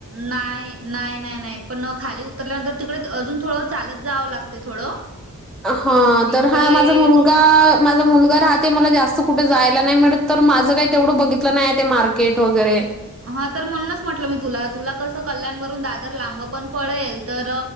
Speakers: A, on the right (about 40°); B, in the centre.
A: नाही. नाही नाही नाही पण खाली उतरल्यानंतर तिकड द अजून थोडं चालत जावं लागते थोडं.
B: हा
A: तिकडे
B: तर हा माझा मुलगा -- माझा मुलगा राहते मला जास्त कुठे जायला नाही मिळत तर माझं काही तेवढं बघितलं नाही ते मार्केट वगैरे.
A: हा तर म्हणूनच म्हटलं मी तुला तुला कस कल्याणवरून दागर लांब पण पडेल तर